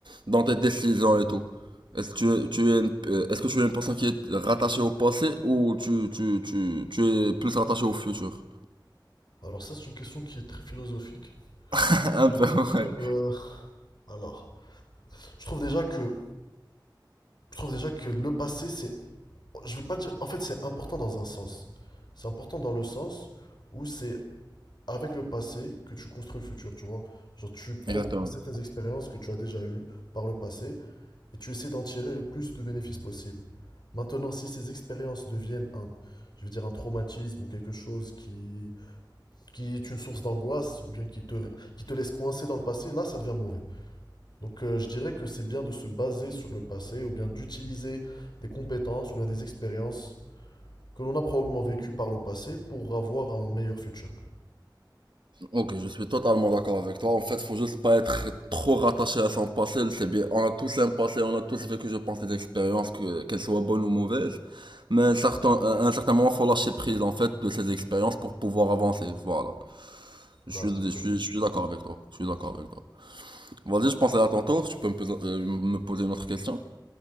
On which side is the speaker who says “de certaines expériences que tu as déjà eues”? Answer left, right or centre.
Left